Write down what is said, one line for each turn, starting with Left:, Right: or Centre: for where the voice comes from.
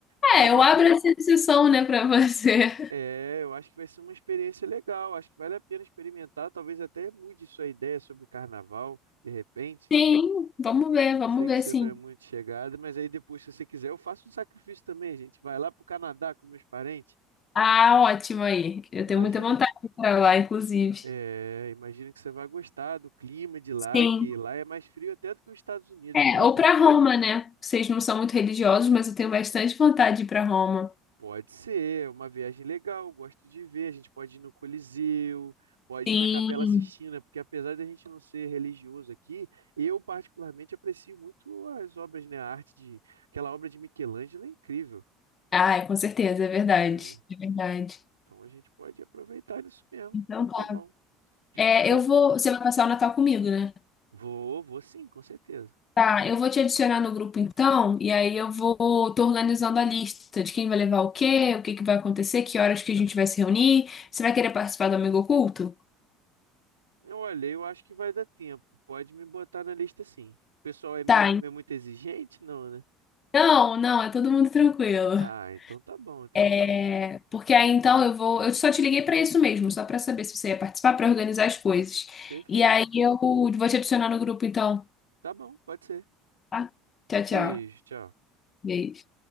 Right: mas
Left: é, eu
Right: a-
Left: abro essa exceção, né, pra você.
Right: é, eu acho que vai ser uma experiência legal. Acho que vale a pena experimentar. Talvez até mude sua ideia sobre carnaval, de repente.
Left: <laughs> Sim, vamos ver, vamos
Right: Sei
Left: ver,
Right: que você
Left: sim.
Right: não é muito chegada, mas aí depois, se você quiser, eu faço um sacrifício também, gente. Vai lá pro Canadá com meus parentes.
Left: Ah, ótimo aí. Eu
Right: Imagina
Left: tenho muita vontade de ir pra lá, inclusive.
Right: É, imagino que você vai gostar do clima de lá,
Left: Sim.
Right: porque lá é mais frio até do que os Estados Unidos,
Left: É,
Right: por exemplo.
Left: ou pra Roma, né? Vocês não são muito religiosos, mas eu tenho bastante vontade de ir pra Roma.
Right: Pode ser, é uma viagem legal, gosto de ver. A gente pode ir no Coliseu, pode
Left: Sim.
Right: ir na Capela Sistina, porque apesar de a gente não ser religioso aqui, eu particularmente aprecio muito as obras, né? A arte de aquela obra de Michelangelo é incrível.
Left: Ah, com certeza, é verdade.
Right: É,
Left: É verdade.
Right: então a gente pode aproveitar isso mesmo.
Left: Então
Right: Então tá
Left: tá.
Right: bom.
Left: É,
Right: É,
Left: eu vou. Você vai passar o Natal comigo, né?
Right: vou, vou sim, com certeza.
Left: Tá, eu vou te adicionar no grupo então, e aí eu vou. Tô organizando a lista de quem vai levar o quê, o que que vai acontecer, que horas que a gente vai se reunir. Você vai querer participar do Amigo Oculto?
Right: Eu olhei, eu acho que vai dar tempo. Pode me botar na lista sim. O pessoal é, meio,
Left: Tá,
Right: é muito exigente, não, né?
Left: então, não, é todo mundo tranquilo.
Right: Ah, então tá bom, então
Left: É,
Right: tá bom.
Left: porque aí então eu vou. Eu só te liguei para isso mesmo, só para saber se você ia participar, para organizar as coisas.
Right: Perfeito.
Left: E aí eu vou te adicionar no grupo, então.
Right: Tá bom, pode ser.
Left: tá? Tchau, tchau.
Right: Beijo, tchau.
Left: Beijo.